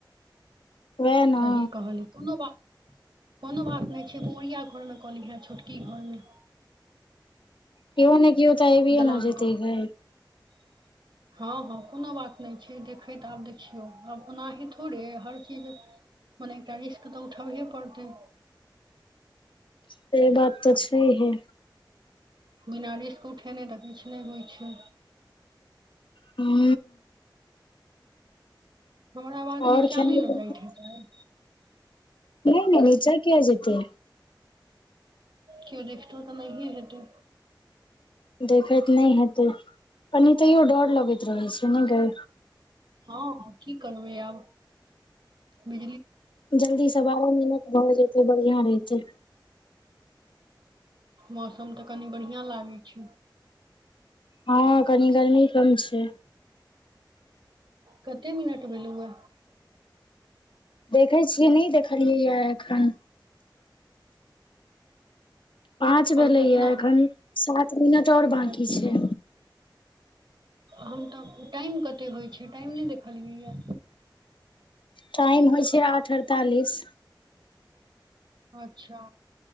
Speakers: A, on the left; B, on the right.
A: वैह न
B: सही कहलै कोनो बात कोनो बात नहि छै पुरिया घरमे कहलिहे छोटकी घरमे
A: केओ ने के तऽ आबीए
B: दलान
A: न जेतई
B: पर
A: गे
B: <unintelligible> हँ हँ कोनो बात नहि छै देखैत आब देखियौ आब ओनाही थोड़े हर चीज मने एकटा रिस्क तऽ उठबहे पड़तै
A: से बात तऽ छै है
B: बिना रिस्क उठेना तऽ किछु नहि होइ छै
A: हू
B: हमरा आवाज
A: और
B: नीचाँ
A: खेनाइ
B: नहि ने
A: पिनाइ
B: जाइत हेतै
A: नै ने नीचा किया जेतै
B: क्यो देखत तऽ नहीए हेते
A: देखैत त नहि हेतै पनी तऽ एो डर लगैत रहै छै नहि गे
B: हँ की करबै यब बि
A: जल्दीसँ बारह मिनट भऽ जेतै बढ़िआं रहैतै
B: मौसम तऽ कनि बढ़िआँ लागै छै
A: हँ कनी गर्मी कम छै
B: कते मिनट भेलहुए
A: देखै छियै नहि देखलियै य एखन पाँच
B: हम
A: भेलैया
B: त एना
A: एखन सात मिनट और बाकी
B: अच्छा
A: छै
B: हम तऽ टाइम कतेक होइ छै टाइम नहि देखलियैए
A: टाइम होइ छै आठ अड़तालीस
B: अच्छा